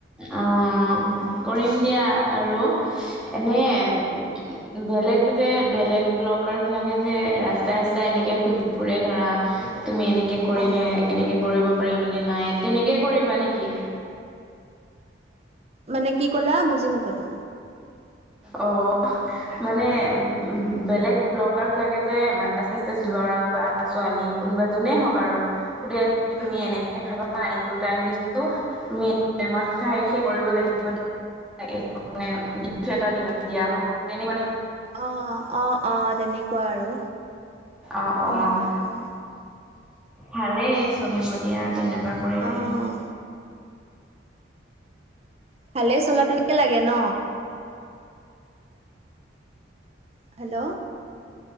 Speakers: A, in the centre; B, on the right.
A: অ' কৰিম দিয়া আৰু এনে বেলেগ যে বেলেগ ব্লকাৰ বিলাকে যে ৰাস্তা ৰাস্তা এনেকে সুধিব ফোৰে ধৰা তুমি এনেকে কৰিলে
B: অ',
A: এনেকে কৰিব পাৰিবানে নাই তেনেকে কৰিবা নেকি?
B: মানে কি ক'লা বুজি নাপালো?
A: আহ মানে উম, বেলেগ ব্লকাৰ বিলাকে যে মাচেছ ল'ৰা বা ছোৱালী কোনোবাই যোনে হক আৰু সুধে
B: উম,
A: তুমি এনেকে খাব টাইম টাইমটো দিছোঁ তুমি প্ৰেমত খাই শেষ কৰিব লাগিব। <unintelligible> মানে গিফ্ট এটা দিয়া হ'ব, তেনেকুৱা নেকি?
B: অ', অ', অ', তেনেকুৱা আৰু।
A: অ',
B: তেনেকুৱা
A: অ',
B: টাইপৰ।
A: ভালেই, চলিব দিয়া। তেনেকোৱা কৰিলে।
B: অ', ভালে চলাতোকে লাগে ন। Hello.